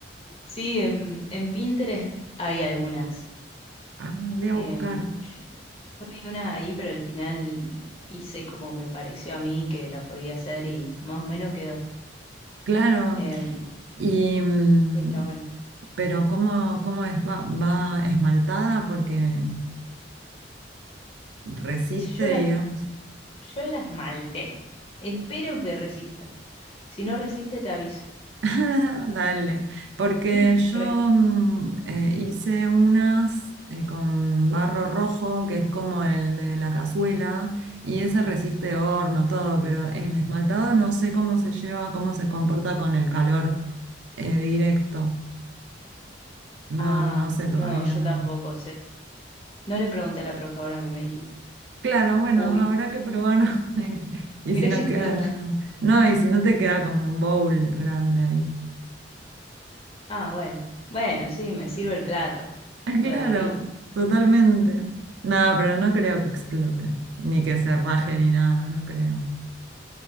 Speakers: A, on the left; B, on the right.
A: Sí, en, en Pinterest hay algunas.
B: Ah, voy a
A: Em,
B: buscar.
A: yo, yo vi unas ahí, pero al final hice como me pareció a mí que la podía hacer y más o menos quedó.
B: Claro.
A: Em,
B: Y, mm,
A: sí, está bueno.
B: pero ¿cómo, cómo es? ¿Va, va esmaltada? Porque resiste,
A: Yo las,
B: digamos.
A: yo las malté. Espero que resista. Si no resiste, te aviso.
B: <laughs> Dale, porque
A: <laughs>
B: yo
A: Para-
B: mm, eh, hice unas eh, con barro rojo, que es como el de la cazuela, y ese resiste horno, todo, pero el esmaltado no sé cómo se lleva, cómo se comporta con el calor eh, directo. No,
A: Ah,
B: no sé todavía.
A: no, yo tampoco. Se, No le pregunté a la profe ahora que me dijiste.
B: Claro, bueno,
A: Uy,
B: habrá que probar. <laughs> Y
A: mirá
B: si no
A: si explota.
B: quedara, no, y si no te queda como un bowl grande ahí.
A: Ah, bueno. Bueno, sí, me sirve el plato.
B: <laughs> Ah,
A: Lo
B: Claro,
A: de arriba.
B: totalmente. No, pero no creo que explote, ni que se raje ni nada, no creo.